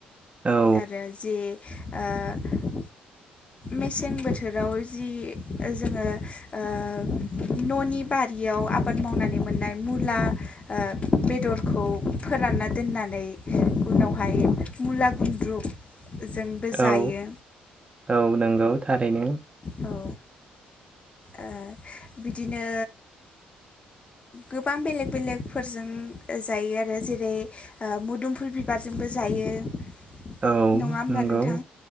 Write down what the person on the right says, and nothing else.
औ
औ औ नंगौ थारैनो।
औ
नंगौ